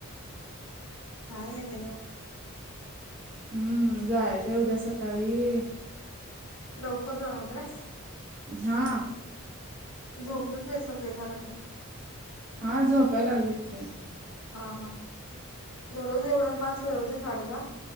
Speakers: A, on the left; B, on the right.
A: अ देन
B: हम्म जायचंय उद्या सकाळी
A: लवकर जाणारस
B: हा.
A: झोपलच आहे सगळे घरातले
B: हा झोपायला लागले इतके
A: हा हा दररोज एवढं पाच वेळ होत साडे दहा.